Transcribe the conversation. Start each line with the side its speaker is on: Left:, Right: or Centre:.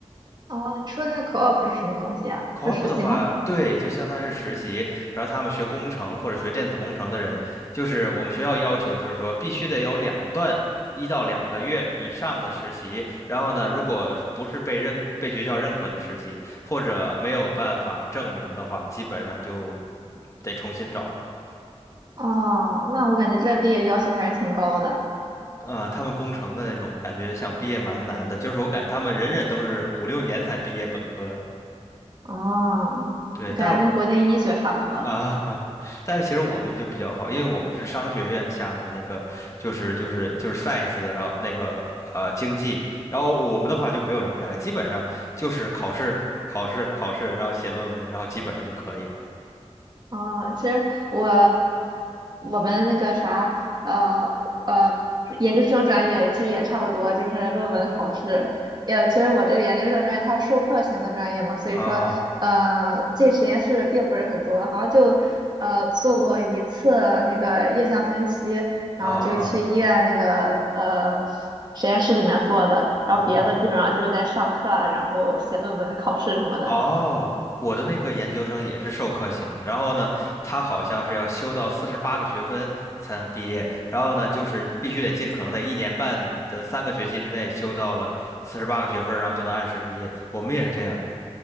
Right: 啊，你说这个 co-op 是什么东西啊？
Left: co-op
Right: 是实习吗？
Left: 的话，对，就相当于是实习，然后他们学工程或者学电子工程的人，就是我们学校要求就是说必须得有两段一到两个月以上的实习，然后呢，如果是不是被认被学校认可的实习，或者没有办法证明的话，基本上就得重新找。
Right: 哦，那我感觉这毕业要求还是挺高的。
Left: 啊、他们工程的那种感觉想毕业蛮难的，就是我感觉他们人人都是五六年才毕业本科，
Right: 哦，
Left: 对，
Right: 你感觉跟国内医学差不多了。
Left: 但是啊，<laughs> 但是其实我们就比较好，因为我们是商学院下面的那个，就是就是就是 science 的，然后那个呃经济，然后我们的话就没有什么压力，基本上就是考试考试考试，然后写论文，然后基本上就可以了。
Right: 啊，其实我我们那个啥，呃呃，研究生专业其实也差不多，就是论文考试。呃，其实我这个研究生专业它是授课型的专业嘛，所以说呃进实验室并不是很多，
Left: 啊
Right: 好像就呃做过一次那个液相分析，然后就去医院那个呃
Left: 啊
Right: 实验室里面做的，然后别的基本上就是在上课啊，
Left: 哦。
Right: 然后写论文、考试什么的。
Left: 哦，我的那个研究生也是授课型的，然后呢，他好像是要修到四十八个学分才能毕业，然后呢，就是必须得尽可能在一年半的三个学期之内修到了四十八个学分然后就能按时毕业。我们也是这样，